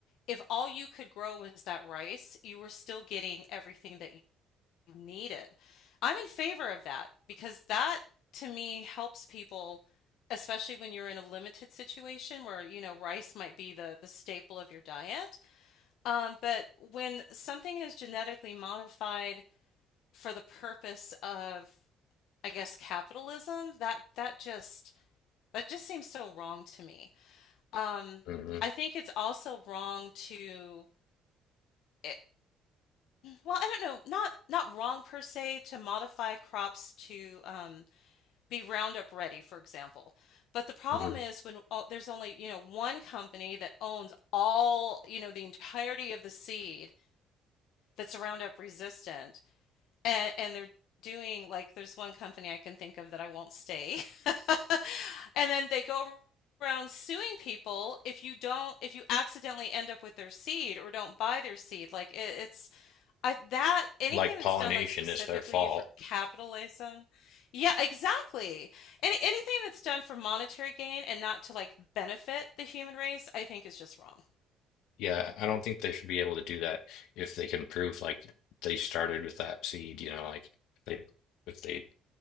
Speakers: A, on the left; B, on the left.
A: if all you could grow was that rice, you were still getting everything that you needed. I'm in favor of that because that to me helps people, especially when you're in a limited situation where, you know, rice might be the, the staple of your diet. Um, but when something is genetically modified for the purpose of, I guess, capitalism, that that just that just seems so wrong to me. Um,
B: hmm
A: I think it's also wrong to it, well, I don't know, not not wrong per se to modify crops to um, be Roundup ready, for example. But the problem
B: hmm
A: is when there's only, you know, one company that owns all, you know, the entirety of the seed that's Roundup resistant, and, and they're doing like there's one company I can think of that I won't stay. <laughs> And then they go around suing people if you don't, if you accidentally end up with their seed or don't buy their seed. Like it, it's I that anything
B: like pollination
A: that's done like specifically
B: is their fault
A: for capitalism, yeah, exactly. Any anything that's done for monetary gain and not to like benefit the human race, I think is just wrong.
B: Yeah, I don't think they should be able to do that if they can prove like they started with that seed, you know, like they if they,